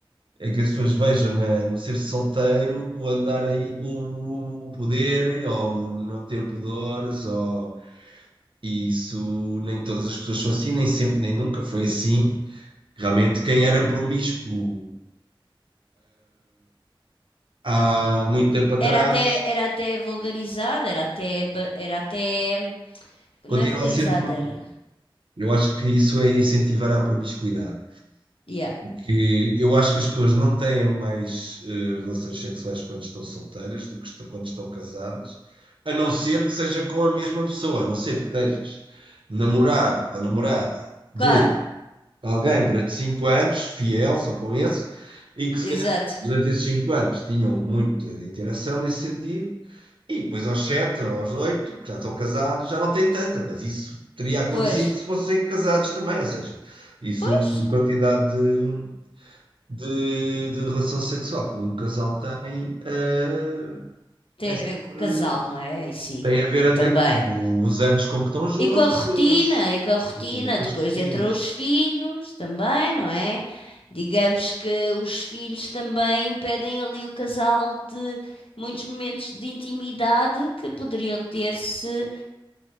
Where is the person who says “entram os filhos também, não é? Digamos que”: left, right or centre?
Left